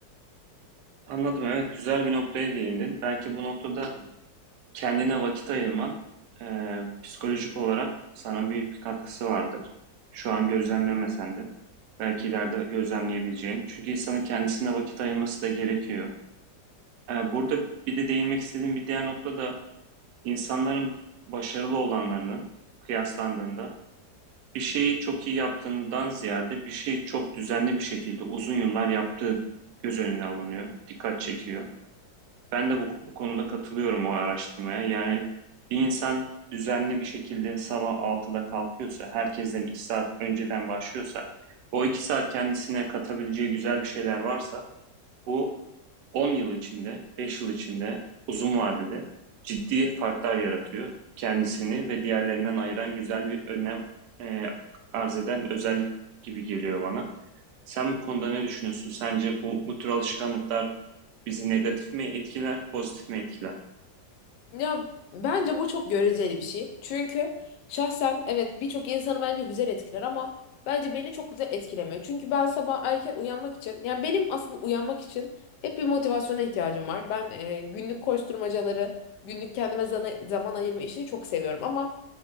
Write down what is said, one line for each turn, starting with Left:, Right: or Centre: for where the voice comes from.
Right: Anladım, evet güzel bir noktaya değindin. Belki bu noktada kendine vakit ayırman eee, psikolojik olarak sana büyük bir katkısı vardır. Şu an gözlemlemesen de belki ileride gözlemleyebileceğin. Çünkü insanın kendisine vakit ayırması da gerekiyor. Eee, burada bir de değinmek istediğim bir diğer nokta da insanların başarılı olanlarının kıyaslandığında bir şeyi çok iyi yaptığından ziyade bir şeyi çok düzenli bir şekilde uzun yıllar yaptığı göz önüne alınıyor, dikkat çekiyor. Ben de bu, bu konuda katılıyorum o araştırmaya. Yani bir insan düzenli bir şekilde sabah altıda kalkıyorsa, herkesten 2 saat önceden başlıyorsa, o 2 saat kendisine katabileceği güzel bir şeyler varsa bu, on yıl içinde, beş yıl içinde, uzun vadede ciddi farklar yaratıyor. Kendisini ve diğerlerinden ayıran güzel bir önlem e, arz eden özellik gibi geliyor bana. Sen bu konuda ne düşünüyorsun? Sence bu, bu tür alışkanlıklar bizi negatif mi etkiler, pozitif mi etkiler?
Left: Ya bence bu çok göreceli bir şey. Çünkü şahsen evet birçok insanı bence güzel etkiler ama bence beni çok güzel etkilemiyor. Çünkü ben sabah erken uyanmak için ya benim aslında uyanmak için hep bir motivasyona ihtiyacım var. Ben e, günlük koşturmacaları, günlük kendime zana- zaman ayırma işini çok seviyorum ama